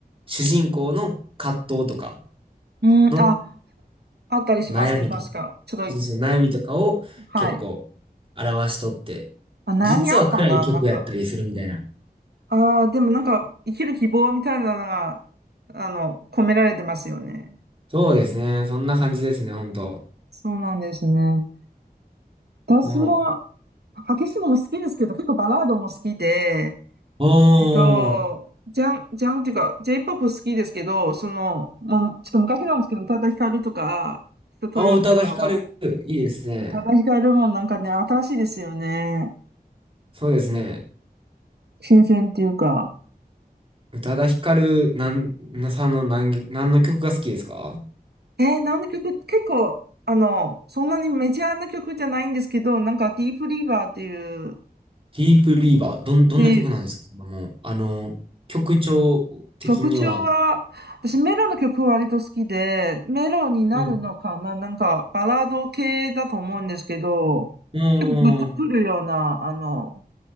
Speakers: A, on the right; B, on the right.
A: 主人公の葛藤とか
B: うん、
A: の
B: あ、あったりしますね、
A: 悩みとか、
B: 確か。ちょっと、
A: そうそう、悩みとかを結構
B: はい。
A: 表しとって、
B: あ、悩みあったな、
A: 実は暗い曲やったりするみたいな。
B: なんか。ああ、でもなんか、生きる希望みたいなのが、あの、込められてますよね。
A: そうですね。そんな感じですね、ほんと。
B: そうなんですね。私も、
A: も
B: 激しいのも好きですけど、結構バラードも好きで、
A: う、おー、
B: えっと、ジャン、ジャンっていうか、J-POP 好きですけど、その、もう、ちょっと昔なんですけど、宇多田ヒカルとか、人とよとかは、
A: あー、宇多田ヒカル、いいですね。
B: 宇多田ヒカルもなんかね、新しいですよね。
A: そうですね。
B: 新鮮っていうか。
A: 宇多田ヒカル、なん、なさんの何、何の曲が好きですか
B: えー、何の曲、結構、あの、そんなにメジャーな曲じゃないんですけど、なんか、ディープリーバーっていう、
A: ディープリーバー、どん、どんな曲なんですかそのもう、
B: で
A: あの、曲調的には。
B: 曲調は、私メロの曲割と好きで、メロになるのかななんかバラード系だと思うんですけど、
A: うん。うーん。
B: 結構グッとくるような、あの、